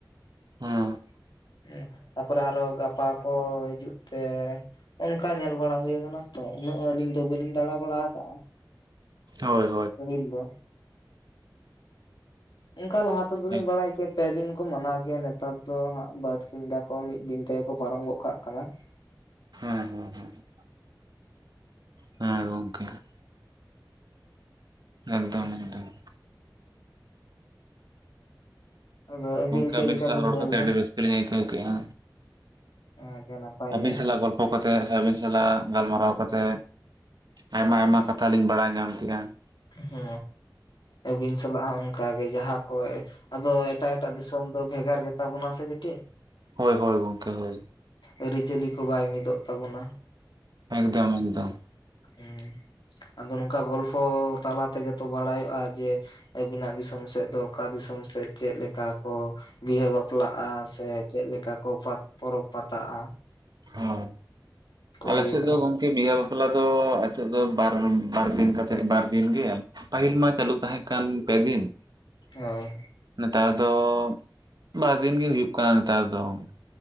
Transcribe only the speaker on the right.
ᱦᱩᱸ
ᱦᱳᱭ ᱾
ᱦᱮᱸ
ᱦᱮᱸ ᱦᱮᱸ ᱦᱮᱸ ᱾ ᱦᱮ ᱜᱚᱝᱠᱮ ᱾ ᱮᱠᱫᱚᱢ ᱮᱠᱫᱚᱢ ᱾
ᱜᱚᱝᱠᱮ
ᱟᱵᱤᱱ
ᱥᱟᱞᱟᱜ
ᱨᱚᱲ
ᱠᱟᱛᱮ
ᱟᱹᱰᱤ ᱨᱟᱹᱥᱠᱟᱹ ᱞᱤᱧ ᱟᱹᱭᱠᱟᱹᱣ ᱠᱮᱜᱼᱟ
ᱟᱹᱵᱤᱱ
ᱥᱟᱞᱟᱜ ᱜᱚᱞ ᱯᱷᱚ ᱠᱟᱛᱮ ᱥᱮ ᱟᱵᱤᱱ ᱥᱟᱞᱟᱜ ᱜᱟᱞᱢᱟᱨᱟᱣ ᱠᱟᱛᱮ ᱟᱭᱢᱟ ᱟᱭᱢᱟ ᱠᱟᱛᱷᱟ ᱞᱤᱧ ᱵᱟᱲᱟᱭ ᱧᱟᱢᱠᱮᱜᱼᱟ ᱾
ᱦᱳᱭ ᱦᱳᱭ ᱜᱚᱝᱠᱮ ᱦᱳᱭ
ᱮᱠᱫᱚᱢ ᱮᱠᱫᱚᱢ ᱾
ᱦᱳ ᱟᱞᱮ
ᱥᱮ ᱫᱚ ᱜᱚᱝ ᱠᱤ ᱵᱤᱦᱟᱹ ᱵᱟᱯᱞᱟ ᱫᱚ ᱮᱛᱚᱜ ᱫᱚ ᱵᱟᱨ ᱵᱟᱨ ᱫᱤᱱ ᱠᱟᱛᱮ ᱵᱟᱨ ᱫᱤᱱ ᱜᱮ ᱯᱟᱦᱤᱞ ᱢᱟ ᱪᱟᱞᱩ ᱛᱟᱦᱮ ᱠᱟᱱ ᱯᱮ ᱫᱤᱱ ᱾
ᱱᱮᱛᱟᱨ ᱫᱚ ᱵᱟᱨᱫᱤᱱ ᱜᱮ ᱦᱩᱭᱩᱜ ᱠᱟᱱᱟ ᱱᱮᱛᱟᱨ ᱫᱚ ᱾